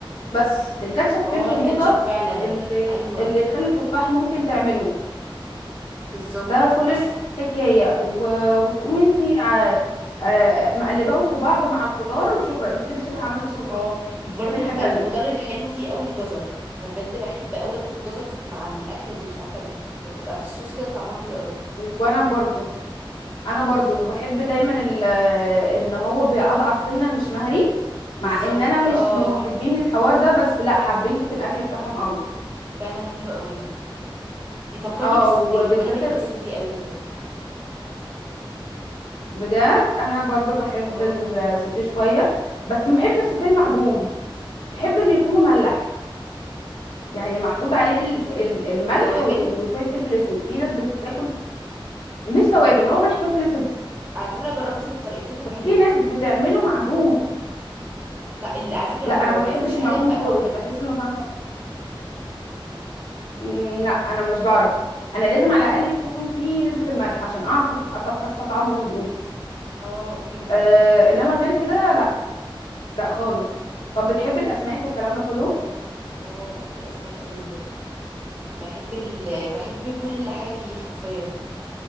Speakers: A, on the left; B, on the right.
A: بس الكاتشب
B: اه
A: فيه الحموضه
B: الكاتشب فعلا
A: اللي
B: ايوه
A: اللي خل التفاح ممكن تعمله
B: بالظبط
A: ده كل
B: اصل
A: الحكايه و... وتقومي انت ع- آه، آه، مقلباهم في بعض مع الخضار وشكرا انت كده شبه عملت الصوص
B: اه
A: اصلا
B: برضو
A: انت مش محتاجه
B: بيبقى
A: حاجه تانية
B: الخضار الحلو فيه قوي الجزر انا بجد بحب قوي اكل الجزر في- مع الاكله دي مش عارفه ليه يعني بتبقى في الصوص كده طعمها حلو قوي
A: وانا برضو انا برضو
B: بالظبط
A: بحب دايما ال- آه، ان هو بيعضعض سنه مش مهري
B: بالظبط
A: مع ان انا مش
B: اه
A: من محبين الحوار ده بس لا حبيته في الاكل بتاعهم قوي
B: فعلا حلو قوي بيفكرني
A: اه
B: بالسوتيه
A: وبالذات
B: وانا بحب
A: ال...
B: السوتيه قوي بجد
A: بجد انا برضو بحب
B: اه
A: السوتيه شويه بس ما بحبش السوتيه المعدوم بحب انه يكون مملح يعني محطوط عليه ال- ال- الملح
B: التوابل
A: وال- وشويه فلفل اسود في ناس بتاكل مش توابل هو ملح فلفل اسود
B: على فكره جربته بالطريقتين
A: بس
B: وحلو
A: بس في ناس
B: بجد
A: بتعمله معدوم
B: لا ال- على فكره
A: لا
B: هو
A: انا ما
B: ما
A: بحبش
B: فيهوش حاجه
A: المعدوم
B: بيبقى
A: خالص
B: طعمه حلو
A: بحس انه طعمه مم، لا انا مش بعرف انا لازم على الاقل يكون في نسبه الملح عشان اعرف أس- أط- استطعمه زي ما بيقولوا
B: اه فهمتك
A: أه انما غير كده لا لا خالص طب بتحب الاسماك والكلام ده كله
B: اه بحب الاسماك قوي بجد بحب ال... بحب كل حاجه فيه حرفيا